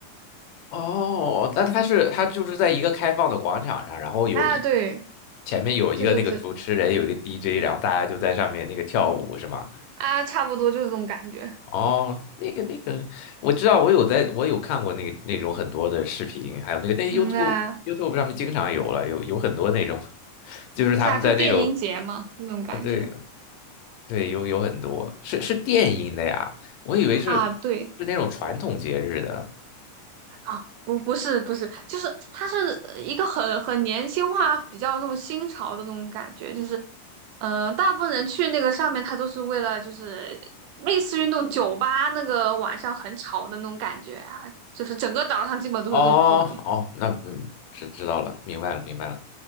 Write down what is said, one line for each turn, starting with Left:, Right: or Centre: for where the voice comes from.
Left: 哦，那它是它就是在一个开放的广场上，然后有一
Right: 啊，对，
Left: 前面有一个那个主持人，
Right: 就是这
Left: 有一个 DJ，然后大家就在上面那个跳舞是吗？
Right: 啊，差不多就是这种感觉。
Left: 哦，那个那个，我知道，我有在，我有看过那个那种很多的视频，还有那个那 YouTube
Right: 嗯啊，
Left: YouTube 上面经常有了，有有很多那种，<laughs> 就是他们在那种
Right: 对啊，就电音节嘛，那种感觉
Left: 啊，对对，有有很多是是电音的呀，我以为是是那种传统节日的，
Right: 啊，对。啊，不不是不是，就是它是呃一个很很年轻化、比较那种新潮的那种感觉，就是，嗯、大部分人去那个上面，他都是为了就是类似于那种酒吧那个晚上很吵的那种感觉啊，就是整个岛上基本都是这种氛围。
Left: 哦哦，那嗯，知知道了，明白了，明白了。